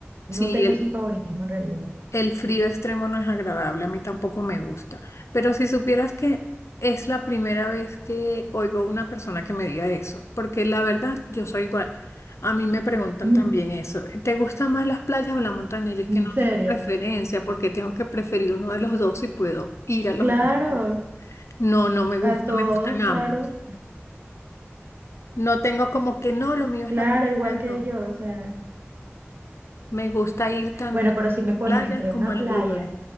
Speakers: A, on the right (about 50°); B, on the left (about 80°).
A: no
B: Sí,
A: tengo
B: el,
A: sí favoritismo en realidad. <laughs>
B: el frío extremo no es agradable, a mí tampoco me gusta. Pero si supieras que es la primera vez que oigo una persona que me diga eso, porque la verdad yo soy igual. A mí me preguntan
A: Mm,
B: también eso. ¿Te gustan más las playas o la montaña? Yo es que
A: En
B: no
A: serio,
B: tengo preferencia porque tengo que preferir uno de los dos si puedo ir a los
A: claro,
B: dos. sitios. No, no me gusta,
A: a todos,
B: me gustan ambos.
A: claro,
B: No tengo como que no, lo mío es
A: claro,
B: la playa,
A: igual que
B: no.
A: yo, o sea,
B: Me gusta ir tanto
A: bueno, pero
B: a
A: si me
B: las
A: ponen
B: playas
A: entre
B: como
A: una
B: a los
A: playa,
B: lugares